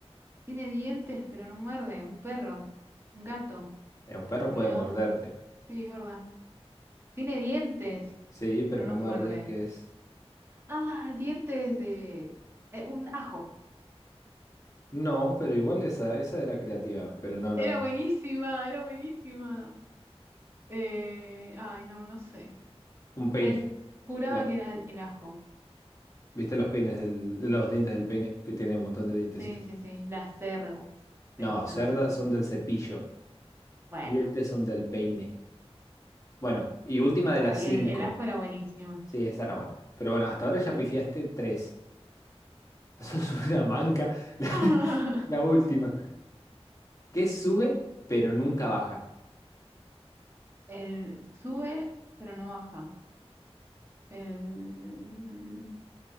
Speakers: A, on the right (about 25°); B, on the left (about 30°).
A: Tiene dientes, pero no muerde. Un perro, un gato.
B: Eh, Un perro
A: Un
B: puede
A: león,
B: morderte.
A: sí, es verdad. Tiene dientes,
B: Sí, pero
A: pero no
B: no muerde,
A: muerde.
B: que es.
A: Ah, dientes de... eh, un ajo.
B: No, pero igual esa, esa era creativa, pero no, no.
A: Era buenísima, era buenísima. Eh, ay, no, no sé.
B: Un peine.
A: Pens- juraba
B: Lo-
A: que era el, el ajo.
B: ¿viste los peines del- los dientes del peine? Que tiene un montón de dientecitos.
A: Sí, sí, sí. Las cerdas, se
B: No,
A: dice
B: cerdas
A: en realidad.
B: son del cepillo.
A: Bueno,
B: Dientes son del peine. Bueno, y última de
A: ay,
B: las cinco.
A: el, el ajo era buenísimo.
B: Sí, esa era buena. Pero bueno, hasta ahora ya pifiaste tres. <laughs> Sos una manca. La,
A: <laughs>
B: la última. Que sube, pero nunca baja.
A: El sube, pero no baja. El,